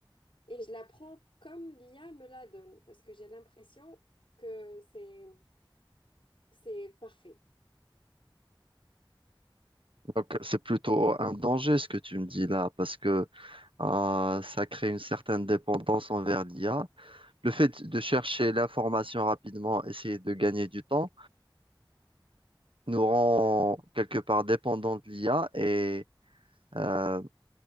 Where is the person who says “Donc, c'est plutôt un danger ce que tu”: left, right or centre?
Right